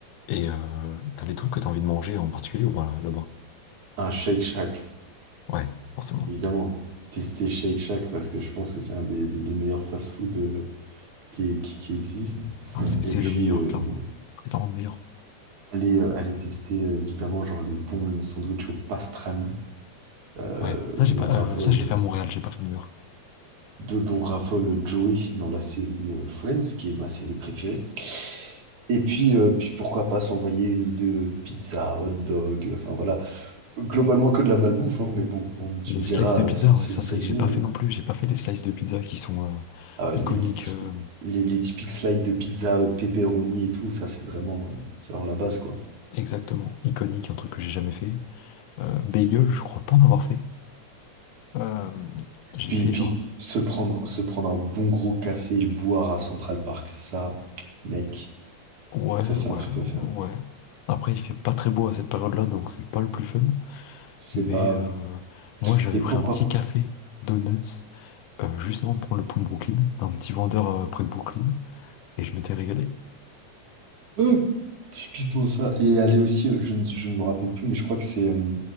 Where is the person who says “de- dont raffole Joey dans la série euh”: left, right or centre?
Right